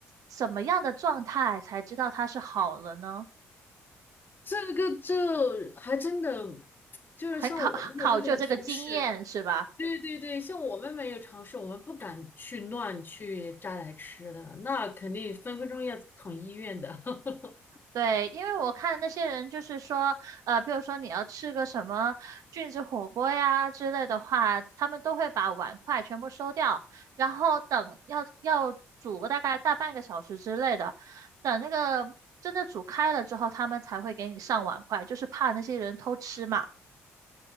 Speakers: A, on the right; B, on the left.
A: 什么样的状态才知道它是好了呢？
B: 这个就还真的就是像我们的这种常识。
A: 很考 <laughs> 考究这个经验是吧？
B: 对对对，像我们没有尝试，我们不敢去乱去摘来吃的，那肯定分分钟要捅医院的。<laughs>
A: 对，因为我看那些人就是说，呃，比如说你要吃个什么菌子火锅呀之类的话，他们都会把碗筷全部收掉，然后等要要煮个大概大半个小时之类的，等那个真的煮开了之后，他们才会给你上碗筷，就是怕那些人偷吃嘛。